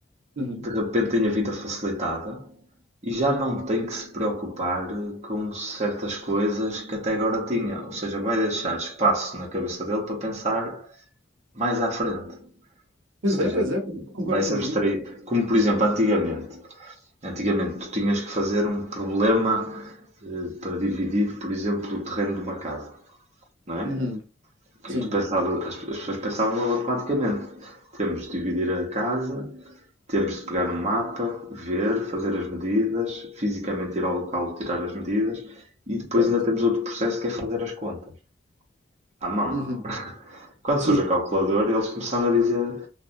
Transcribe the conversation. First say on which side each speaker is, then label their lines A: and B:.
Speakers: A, on the right (about 85°); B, on the right (about 35°).
A: Uhum.
B: de repente tem a vida facilitada E já não tem que se preocupar eh, com certas coisas que até agora tinha. Ou seja, vai deixar espaço na cabeça dele para pensar mais à frente.
A: Pois
B: Ou seja,
A: é, pois é, pois é, concordo
B: vai se
A: contigo.
B: abstrair. Como, por exemplo, antigamente. Antigamente tu tinhas que fazer um problema eh, para dividir, por exemplo, o terreno de uma casa, não é?
A: Uhum.
B: O que
A: Sim,
B: é que tu pensavas? As, as pessoas pensavam automaticamente. Temos de dividir a casa temos de pegar no mapa, ver, fazer as medidas, fisicamente ir ao local tirar as medidas e depois
A: certo.
B: ainda temos outro processo que é fazer as contas à mão.
A: Uhum.
B: <laughs> Quando
A: Sim,
B: surge a calculadora, eles começaram a dizer: